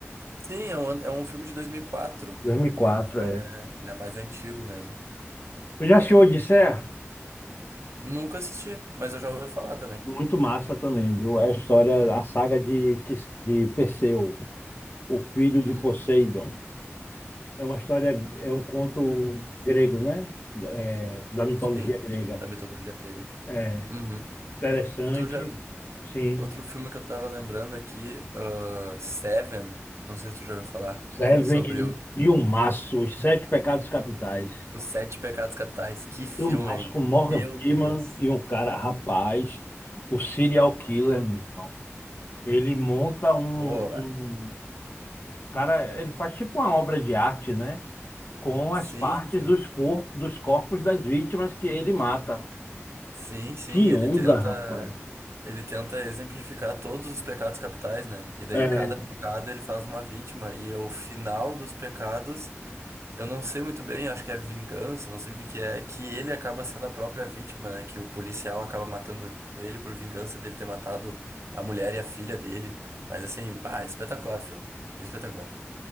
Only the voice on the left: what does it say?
dois mil e quatro
é.
Eu já assisti Odisseia?
Muito massa também, viu? É a história, a saga de, Tis- de Perseu, o filho
de Poseidon. É uma história, é um conto grego, né? É, da mitologia
grega.
É
interessante,
sim.
Servem
filmaço, Os Sete Pecados Capitais.
Filmaço
com Morgan
Freeman
e um cara, rapaz, o serial killer, meu irmão. Ele monta um,
um... Cara, ele faz tipo uma obra de arte, né? com
as partes
dos, cor dos corpos das vítimas que ele mata.
Que
onda,
rapaz.
É.